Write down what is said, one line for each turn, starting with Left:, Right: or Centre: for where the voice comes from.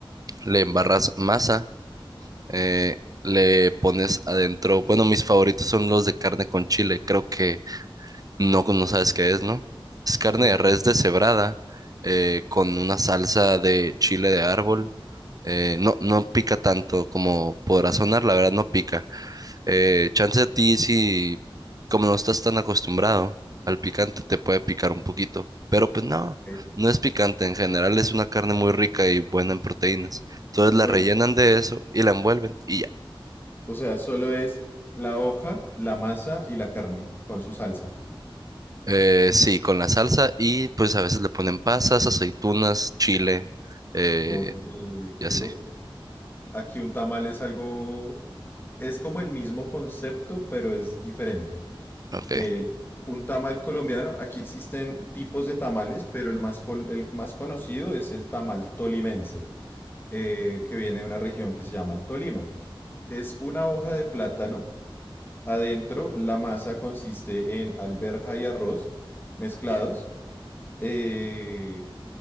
Right: le embarras masa eh, le pones adentro. Bueno, mis favoritos son los de carne con chile. Creo que no, no sabes qué es, ¿no? Es carne
Left: Mm,
Right: de res deshebrada eh, con una salsa de chile de árbol. Eh, no, no pica tanto como podrá sonar, la verdad no pica. Eh, chance a ti si, como no estás tan acostumbrado al picante, te puede picar un poquito. Pero pues no,
Left: ok.
Right: no es picante en general, es una carne muy rica y buena en proteínas. Entonces la
Left: Bueno,
Right: rellenan de eso y la envuelven y ya.
Left: o sea, solo es la hoja, la masa y la carne con su salsa.
Right: Eh, sí, con la salsa y pues a veces le ponen pasas, aceitunas, chile eh,
Left: Oye, qué
Right: y así.
Left: loco. Aquí un tamal es algo, es como el mismo concepto, pero es diferente.
Right: Ok.
Left: Eh, un tamal colombiano, aquí existen tipos de tamales, pero el más, col- el más conocido es el tamal tolimense, eh, que viene de una región que se llama el Tolima. Es una hoja de plátano Adentro, la masa consiste en alberja y arroz mezclados. eh,